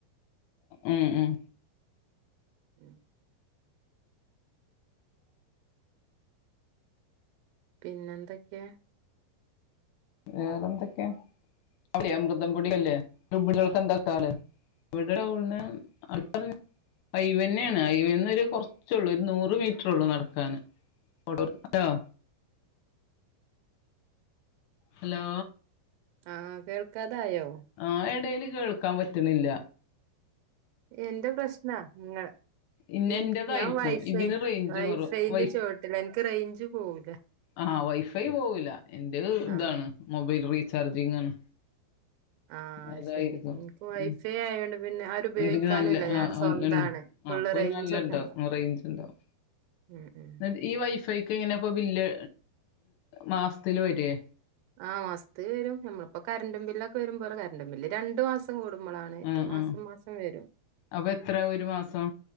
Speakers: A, on the left; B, on the right.
A: ഉം ഉം
B: ഉം പിന്നെന്തൊക്കെയാ
A: വേറെന്തൊക്കെയ അ അമൃദം പൊടിയല്ലേ ഗർഭിണികൾക്കെ എന്താക്കാല്. <unintelligible> അയവെന്നെണ്. അഐവന്ന ഒരു കുറച്ചള്ളൂ ഒരു നൂറ് മീറ്ററുള്ളൂ നടക്കാന്. ഫട്ടോ ആ് ഹലോ
B: ആഹ കേൾക്കാതായോ
A: ആഹ് ഇടെൽ കേൾക്കാൻ പറ്റുന്നില്ല
B: എന്റെ പ്രശ്നാ നിങ്ങൾ
A: ഇന്ന
B: ഇൻക്
A: എന്റേതായിരിക്കും
B: ഞാൻ വൈഫൈ
A: ഇതിന് റേഞ്ച്
B: വൈഫൈന്റെ
A: കുറവ് വൈ
B: ച്ചോട്ടിലാ ഇൻക്ക് റേഞ്ച് പോവൂല
A: ആഹ് വൈഫൈ പോവൂല എന്റെത്
B: ആഹ്
A: ഇതാണ് മൊബൈൽ റീചാർജിംഗ് ആണ്
B: ആഹ്
A: അതായിരിക്കും
B: ശരി ഇൻക്ക് വൈഫൈ
A: ഉം
B: ആയൊണ്ട് പിന്നെ ആരുപയോഗിക്കാനുല്ല
A: ഇതിന് നല്ല
B: ഞാന്
A: ആഹ് ആഹ്
B: സ്വന്താണ്
A: ഉണ്ട്
B: ഫുള്ള്
A: ആഹ് അപ്പൊ
B: റെയ്ഞ്ച്
A: നല്ല
B: ഒക്കെ
A: ഉണ്ടാവും
B: ഉണ്ടാഉം
A: റേഞ്ച് ഉണ്ടാവും
B: ഉം ഉം
A: എന്നിട്ട് ഈ വൈഫൈക്ക് ഇങ്ങനെ ഇപ്പോ ബില്ല് മാസത്തില് വരേ
B: ആഹ് മാസത്തിൽ വരും നമ്മളിപ്പോ കറണ്ടും ബില്ല് ക്കെ വരുമ്പോല കറണ്ടും ബില്ല് രണ്ടു മാസ കൂടുമ്പളാണ് ഇത്
A: ആഹ്
B: മാസം
A: ആഹ്
B: മാസം വരും
A: അപ്പൊ എത്ര ഒരു മാസം